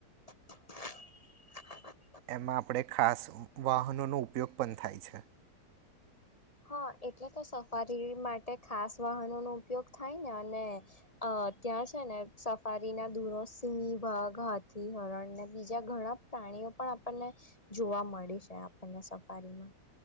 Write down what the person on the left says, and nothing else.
<inaudible>
હા એટલે તો સફારી માટે ખાસ વાહનોનોો ઉપયોગ થાય ને અને ત્યાં છે ને સફારીના દૂરો સિંહ વાઘ હાથી હરણ બીજા ઘણા પ્રાણીઓ પણ આપણને જોવા મળી છે આપણને સફારીમાં